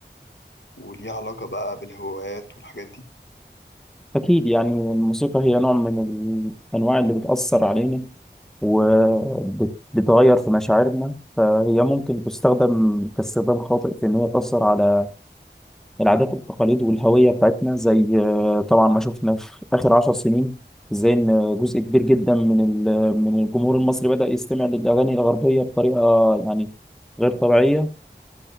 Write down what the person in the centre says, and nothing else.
اكيد يعني الموسيقى هي نوع من الانواع اللي بتاثر علينا وبتغير في مشاعرنا فهي ممكن تستخدم كاستخدام خاطئ في ان هي تاثر على العادات والتقاليد والهوية بتاعتنا زي آه، طبعا ما شفنا في آخر عشر سنين ازاي ان جزء كبير جدا من ال- من الجمهور المصري بدأ يستمع للأغاني الغربية بطريقة يعني غير طبيعية